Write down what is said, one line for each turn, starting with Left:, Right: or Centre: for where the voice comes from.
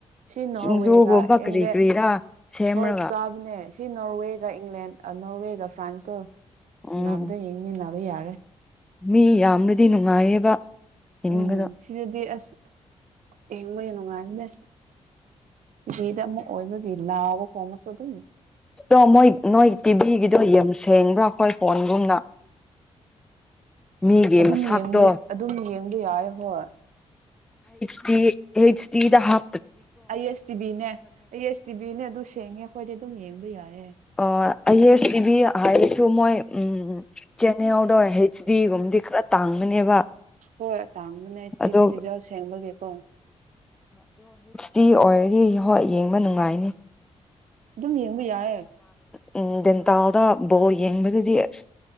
Right: ꯁꯤ ꯅꯣꯔꯋꯦꯒ
Centre: ꯁꯤꯡꯖꯨꯒꯨꯝꯕ ꯀꯔꯤ
Right: ꯏꯪꯂꯦꯟ
Centre: ꯀꯔꯤꯔꯥ ꯁꯦꯝꯔꯒ
Right: ꯍꯣꯏ ꯆꯥꯕꯅꯦ ꯁꯤ ꯅꯣꯔꯋꯦꯒ ꯏꯪꯂꯦꯟ ꯅꯣꯔꯋꯦꯒ ꯐ꯭ꯔꯥꯟꯁꯒ
Centre: ꯎꯝ
Right: ꯕꯗ ꯌꯦꯡꯃꯤ ꯌꯥꯔꯦ
Centre: ꯃꯤ ꯌꯥꯝꯅꯗꯤ ꯅꯨꯡꯉꯥꯏꯌꯦꯕ ꯌꯦꯡꯕꯗꯣ
Right: ꯎꯝ ꯁꯤꯗꯗꯤ ꯑꯁ ꯌꯦꯡꯕꯒꯤ ꯅꯨꯡꯉꯥꯏꯕꯅꯦ ꯇꯤꯚꯤꯗ ꯑꯃꯛ ꯑꯣꯏꯕꯒꯤ ꯂꯥꯎꯕ ꯈꯣꯡꯕꯁꯨ ꯑꯗꯨꯝ
Centre: ꯑꯣ ꯃꯣꯏ ꯅꯣꯏ ꯇꯤꯚꯤꯒꯤꯗꯣ ꯌꯥꯝ ꯁꯦꯡꯕ꯭ꯔꯥ ꯑꯩꯈꯣꯏ ꯐꯣꯟꯒꯨꯝꯅ ꯃꯤꯒꯤ
Right: ꯑꯗꯨꯝ
Centre: ꯃꯁꯛꯇꯣ
Right: ꯌꯦꯡꯕ ꯑꯗꯨꯝ ꯌꯦꯡꯕ ꯌꯥꯏ ꯍꯣꯏ
Centre: ꯍꯁꯇꯤꯗꯍ
Right: ꯑ ꯑꯦꯁ ꯇꯤꯚꯤꯅꯦ ꯑ ꯑꯦꯁ ꯇꯤꯚꯤꯅꯦ ꯑꯗꯨ ꯁꯦꯡꯉꯦ ꯑꯩꯈꯣꯏꯗ ꯇꯨꯝ ꯌꯦꯕꯨꯩꯏꯌꯦꯦ
Centre: ꯑꯣ ꯑꯥꯏ ꯑꯦꯁ ꯇꯤꯚꯤ ꯍꯥꯏꯔꯁꯨ ꯃꯣꯏ ꯎꯝ ꯆꯦꯅꯦꯜꯗ ꯍꯩꯆ ꯗꯤꯒꯨꯝꯕꯗꯤ ꯈꯔ ꯇꯥꯡꯕꯅꯦꯕ
Right: ꯍꯣꯏ ꯇꯥꯡꯕꯅ ꯑꯩꯆꯇꯤꯗꯤ
Centre: ꯑꯗꯣ
Right: ꯔꯤꯖꯜ ꯁꯦꯡꯕꯒꯤꯦꯀꯣ
Centre: ꯁꯤꯤ ꯑꯣꯏꯔꯔꯤ ꯍꯣꯏ ꯌꯦꯡꯕ ꯅꯨꯡꯉꯥꯏꯅꯤ
Right: ꯑꯗꯨꯝ ꯌꯦꯡꯕ ꯌꯥꯏꯌꯦ
Centre: ꯎ ꯗꯦꯟꯇꯜꯗ ꯕꯣꯜ ꯌꯦꯡꯕꯗꯗꯤ ꯑꯁ